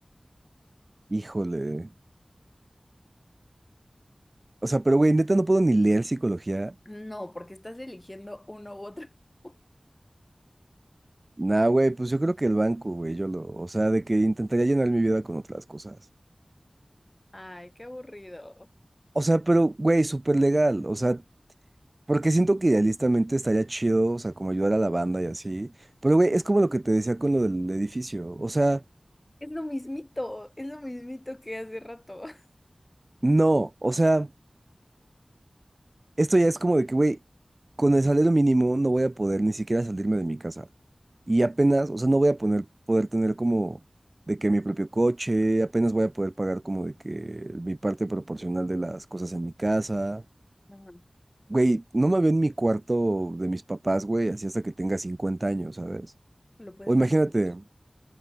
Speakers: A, on the right; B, on the left.
A: Híjole. O sea, pero güey, neta no puedo ni leer psicología.
B: No, porque estás eligiendo uno u otro. <laughs>
A: Nah, güey, pues yo creo que el banco, güey, yo lo, o sea, de que intentaría llenar mi vida con otras cosas.
B: Ay, qué aburrido.
A: O sea, pero, güey, súper legal. O sea, Porque siento que idealistamente estaría chido, o sea, como ayudar a la banda y así. Pero, güey, es como lo que te decía con lo del edificio. O sea,
B: Es lo mismito, es lo mismito que hace rato. <laughs>
A: no, o sea, esto ya es como de que, güey, con el salario mínimo no voy a poder ni siquiera salirme de mi casa. Y apenas, o sea, no voy a poner, poder tener como de que mi propio coche, apenas voy a poder pagar como de que mi parte proporcional de las cosas en mi casa.
B: Ujú.
A: Güey, no me veo en mi cuarto de mis papás, güey, así hasta que tenga 50 años, ¿sabes?
B: Lo puedes
A: O imagínate.
B: remodelar.